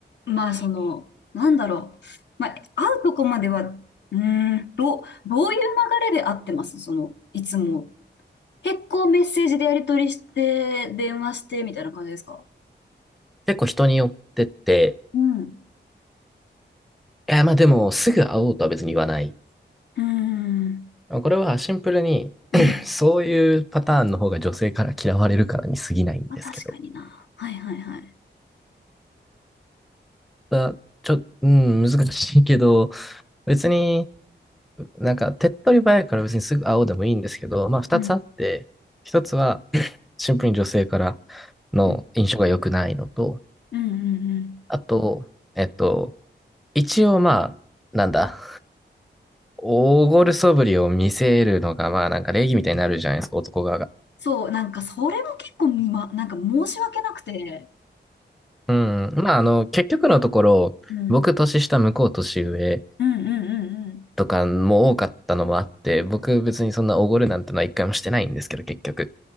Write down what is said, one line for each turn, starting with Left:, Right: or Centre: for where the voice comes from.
Left: まあ、その、なんだろう。まあ、会うとこまでは、うーん、どう、どういう流れで会ってますその、いつも。結構メッセージでやり取りして、電話して、みたいな感じですか
Centre: 結構人によってって、
Left: うん。う
Centre: いや、まあでも、すぐ会おうとは別に言わない。
Left: ーん。
Centre: これはシンプルに
Left: うん。
Centre: <coughs> <clears throat> そういうパターンの方が女性から嫌われるからに過ぎないんですけど。
Left: まあ、確かにな。はいはいはい。
Centre: だちょ、うん、難しいけど、別になんか手っ取り早いから別にすぐ会おうでもいいんですけど、まあ二つあって、
Left: うん。
Centre: 一つはシンプルに女性からの印象が良くないのと、
Left: うん。うん。うんうん
Centre: あと、えっと、一応まあ、なんだ、大ごるそぶりを見せるのが、まあなんか礼儀みたいになるじゃないですか、男側が。
Left: そう、なんか、それも結構、ま、なんか申し訳なくて。
Centre: うん。まああの、結局のところ、
Left: うん。
Centre: 僕年下、向こう年上
Left: うんうんうん
Centre: とかも多かったのもあって、僕別にそんなおごるなんてのは一回もしてないんですけど、結局。